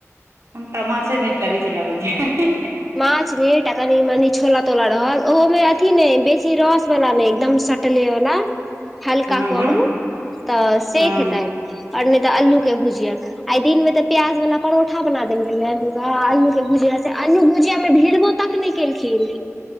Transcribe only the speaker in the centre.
माछ मिट आ कनि मनी छोला तोला रहल ओहोमे अथि ने बेसी रस वाला नहि एकदम कटली वला हल्का
करू
तऽ सेक
खेतैथ। आओर नय तऽ आलू के भुजीया आ दिन मे तऽ प्याज वाला परोठा बना देेल रहहियै आलू के भुजिया! से अन्नुभुजिया मे भीड़ भो तक नहि केलखिन,